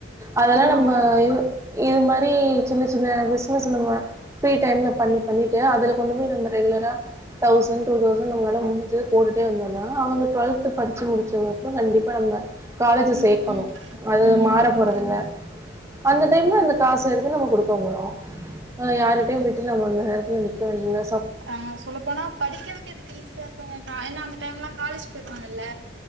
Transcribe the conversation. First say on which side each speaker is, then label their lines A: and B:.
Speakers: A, on the right (about 15°); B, on the right (about 75°).
A: அதெல்லா
B: ஆமா.
A: நம்ம யு இது மாரி சின்ன சின்ன பிசினஸ் நம்ம ப்ரீ டைம்ல பண்ணி பண்ணிட்டு அதுல கொண்டு போய் நம்ம ரெகுலரா தௌசண்ட் டூ தௌச ண்னு நம்ளால முடிஞ்சத போட்டுட்டே வந்தோனா அவுங்க டுவெல்த் படிச்சு முடிச்சதுகப்றோ கண்டிப்பா நம்ம காலேஜ
B: ம்,
A: சேக்கணு
B: ம்,
A: அது
B: ம்.
A: மாற போறதில்ல அந்த டைம்ல அந்த காசு எடுத்து நம்ம குடுக்க போறோ அ யாரிட்ட போய் ட்டு நம்ம அந்த நேரத்ல நிக்க வேண்டிதில
B: ஆ சொல்ல போனா படிக்கிறதுக்கு எதுக்கு ஈஸியா இருக் குங்க ஏனா அந்த டைம்லா காலேஜ் போயிருவாங்கள்ல